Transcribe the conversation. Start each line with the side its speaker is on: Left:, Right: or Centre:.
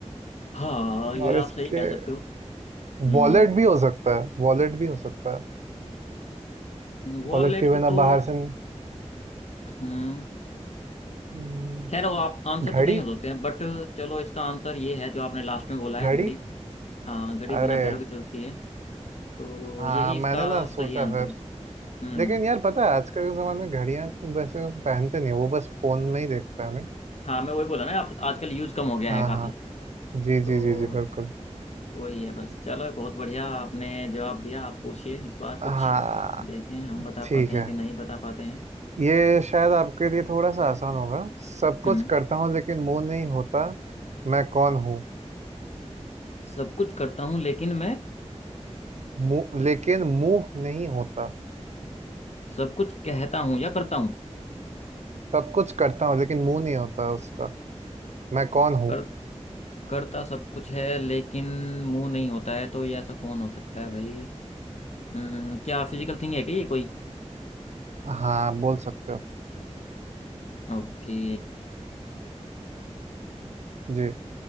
Left: हाँ ये
Right: और
Left: आप
Right: इसके
Left: सही कह सकते हो हम्म
Right: वॉलेट भी हो सकता है वॉलेट भी हो सकता है
Left: वॉलेट
Right: वॉलेट के बिना
Left: तो
Right: बाहर से
Left: हम्म
Right: हम्म,
Left: खैर वो आप आंसर
Right: घड़ी
Left: तो कहीं हो सकते हैं बट चलो इसका आंसर ये है जो आपने लास्ट में बोला है
Right: घड़ी
Left: घड़ी हाँ घड़ी बिना
Right: अरे
Left: पैरों के चलती है तो
Right: हाँ
Left: यही
Right: मैंने
Left: इसका
Right: ना सोचा
Left: सही आंसर
Right: फिर
Left: है हम्म
Right: लेकिन यार पता है आजकल के ज़माने में घड़ियाँ को वैसे पहनते नहीं है, वो बस फोन में ही देखता है नहीं
Left: हाँ मैं वही बोला ना आप आजकल यूज कम हो गया
Right: हाँ
Left: है काफी
Right: हाँ जी जी
Left: तो
Right: जी जी बिल्कुल
Left: वही है बस चलो बहुत बढ़िया आपने जवाब दिया आप पूछिए इस बार कुछ
Right: हाँ
Left: देखें हम बता
Right: ठीक
Left: पाते हैं
Right: है
Left: कि नहीं बता पाते हैं
Right: ये शायद आपके लिए थोड़ा सा आसान होगा सब कुछ
Left: हम्म
Right: करता हूँ लेकिन मुंह नहीं होता मैं कौन हूँ
Left: सब कुछ करता हूँ लेकिन मैं
Right: मुंह लेकिन मुंह नहीं होता
Left: सब कुछ कहता हूँ या करता हूँ
Right: सब कुछ करता हूँ लेकिन मुंह नहीं होता उसका मैं कौन हूँ
Left: कर करता सब कुछ है लेकिन मुंह नहीं होता है तो ये ऐसा कौन हो सकता है भाई हम्म, क्या फिजिकल थिंग है क्या ये कोई
Right: हाँ बोल सकते हो
Left: ओके
Right: जी